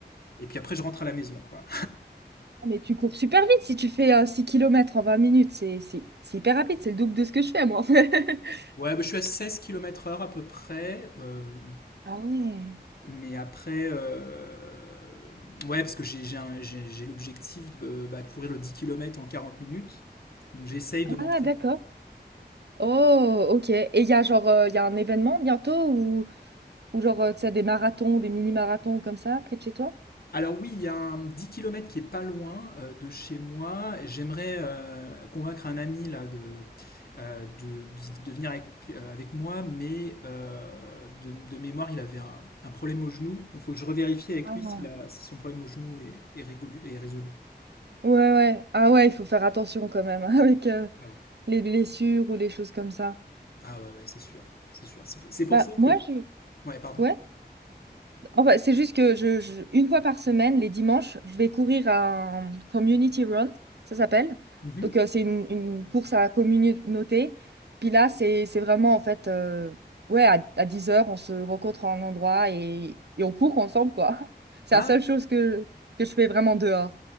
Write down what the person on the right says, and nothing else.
Mais tu cours super vite si tu fais euh, 6 km en 20 minutes. C'est c'est- c'est hyper rapide, c'est le double de ce que je fais, moi. <laughs>
Ah ouais.
Ah, d'accord. Oh, ok. Et il y a genre, euh, il y a un événement bientôt ou, ou genre, euh, tu sais, des marathons, des mini-marathons comme ça, près de chez toi?
Ah.
Ouais, ouais. Ah ouais, il faut faire attention quand même hein, <laughs> avec euh,
les blessures ou les choses comme ça.
Bah,
moi,
je...
ouais. Enfin, c'est juste que je, je- une fois par semaine, les dimanches, je vais courir un community run, ça s'appelle.
Donc, euh, c'est une, une course à la communauté. Puis là, c'est, c'est vraiment, en fait, euh, ouais, à, à 10 heures, on se rencontre en un endroit et, et on court ensemble, quoi. <laughs> C'est
la seule chose que, que je fais vraiment dehors.